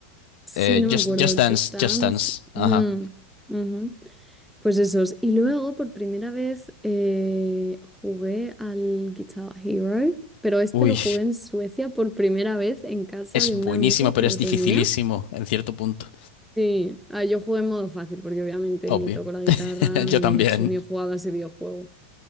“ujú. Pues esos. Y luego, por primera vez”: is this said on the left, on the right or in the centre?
Centre